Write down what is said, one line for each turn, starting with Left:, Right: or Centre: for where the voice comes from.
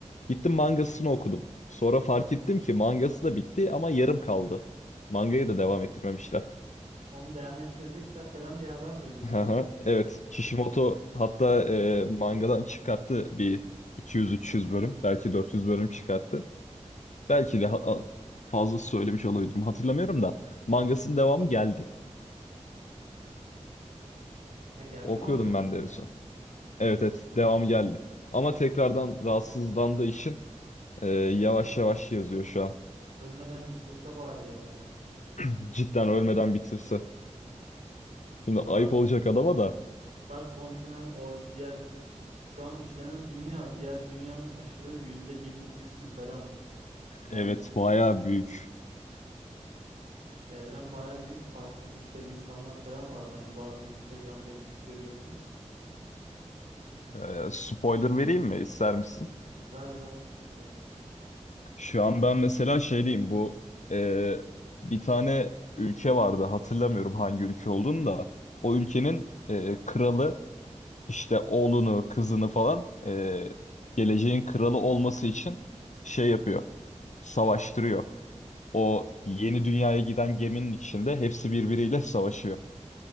Left: Gittim mangasını okudum. Sonra fark ettim ki mangası da bitti ama yarım kaldı. Mangayı da devam ettirmemişler. <laughs>
Right: Onu devam ettirecekler falan diye haber duydum
Left: Aha,
Right: ben de.
Left: Evet,
Right: Tabii.
Left: Kishimoto hatta e, mangadan çıkarttı bir 200-300 bölüm, belki 400 bölüm çıkarttı. Belki de ha- fazla söylemiş olabilirim. Hatırlamıyorum da mangasının devamı geldi.
Right: Ha geldi
Left: Okuyordum
Right: mi Angas'ın
Left: ben de en
Right: devamı?
Left: son. Evet evet devamı geldi. Ama tekrardan rahatsızlandığı için e, yavaş yavaş yazıyor şu an.
Right: Ölmeden bitirse bari ya.
Left: <laughs> Cidden ölmeden bitirse.
Right: Şu
Left: Şimdi ayıp
Right: Dark,
Left: olacak adama da.
Right: Dark Continent o diğer şu an işlenen dünya diğer dünyanın aşırı yüzde birlik kısmı falan neredeyse.
Left: Evet bayağı büyük.
Right: Evren baya büyük. Farklı güçler, insanlar falan var. Ben bazen Instagram'da edit görüyorum da.
Left: E, spoiler vereyim mi ister misin?
Right: Ver ver sıkıntı yok.
Left: Şu an ben mesela şey diyeyim bu e, bir tane ülke vardı hatırlamıyorum hangi ülke olduğunu da. O ülkenin e, kralı işte oğlunu, kızını falan e, geleceğin kralı olması için şey yapıyor. Savaştırıyor. O yeni dünyaya giden geminin içinde hepsi birbiriyle savaşıyor.